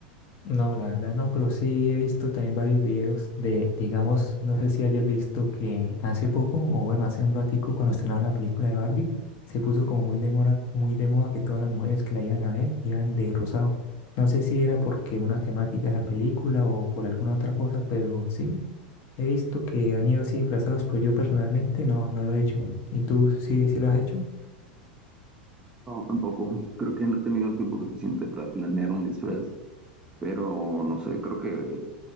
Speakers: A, on the left (about 50°); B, on the right (about 20°).
A: No, la verdad no, pero sí he visto también varios videos de, digamos, no sé si hayas visto que hace poco, o bueno, hace un ratico cuando estrenaron la película de Barbie, se puso como muy de moda, muy de moda que todas las mujeres que la iban a ver iban de rosado. No sé si era porque una temática de la película o por alguna otra cosa, pero sí, he visto que han ido así disfrazados, pero yo personalmente no, no lo he hecho. ¿Y tú sí, sí lo has hecho?
B: No, tampoco. <laughs> Creo que no he tenido el tiempo suficiente para planear un disfraz, pero no sé, creo que